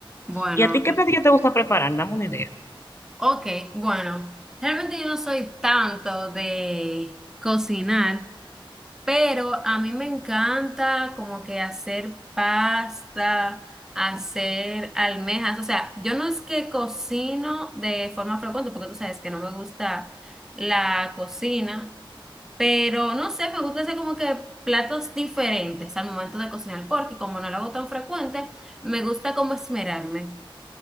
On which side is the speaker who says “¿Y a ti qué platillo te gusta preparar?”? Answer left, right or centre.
Left